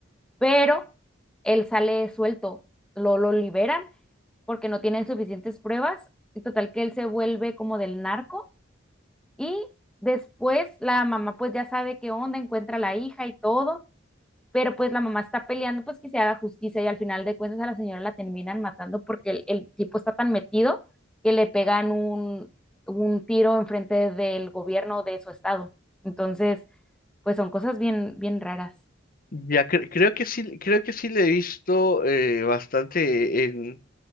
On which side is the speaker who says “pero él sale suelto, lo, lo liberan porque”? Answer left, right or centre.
Centre